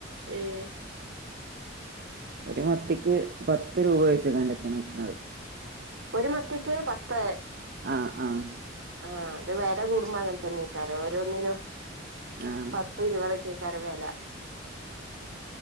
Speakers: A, on the right; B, on the right.
A: ഏഹ്
B: ഒരു മത്തിക്ക് പത്ത് രൂപ വെച്ങ്ങാണ്ടൊക്കെണ് വിക്ക്ണത്
A: ഒരു മത്തിക്ക് പത്ത്
B: ആഹ് ആഹ്
A: ആഹ് അത് വെല കൂടുമ്പോ അങ്ങനെത്തെന്നെക്കാരം ഓരോന്നിന്
B: ആഹ്
A: പത്ത് ഇരുപതൊക്കെ ക്കാരം വെല